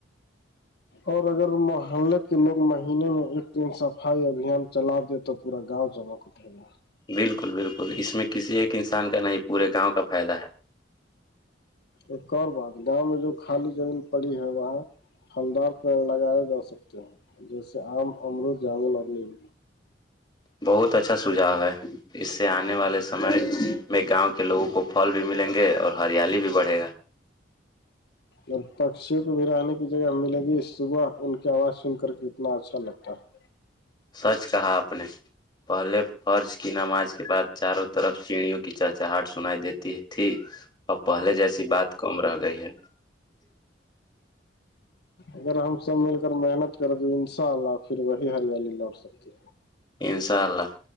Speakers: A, on the left (about 60°); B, on the left (about 25°).
A: اور اگر محلے کے لوگ مہینے میں ایک دن صفائی ابھیان چلا دے تو پا گاؤ جگہ کو تھے ن
B: بالکل بالکل اس میں کسی ایک انسان کا نہیں پورے گاؤں کا فائدہ ہے
A: ایک اور بات گاؤں میں جو خالی زمین پڑی ہے وہاں پھلدار پیڑ لگائے جا سکتے ہیں جیسے آم امرود جامن اور نم
B: بہت اچھا سھاؤ ہے اس سے آنے والے سمے میں گاؤں کے لوگوں کو پھل بھی ملیں گے اور ہریالی بھی بڑھے گا
A: اور پکشیوں کو بھی رہنے کی جگہ ملے گی صبح ان کی آواز سن کر کے اتنا اچھا لگتا ہے
B: سچ کہا آپ نے پہلے فرض کی نماز کے بعد چاروں طرف سیڑیوں کی چہچاہٹ سنائی دیتی تھی اب پہلے جیسی بات کم رہ گئی ہے
A: اگر ہم سب مل کر محنت کریں تو ان شاء اللہ پھر وہی ہریالی لوٹ سکتی
B: انشاء اللہ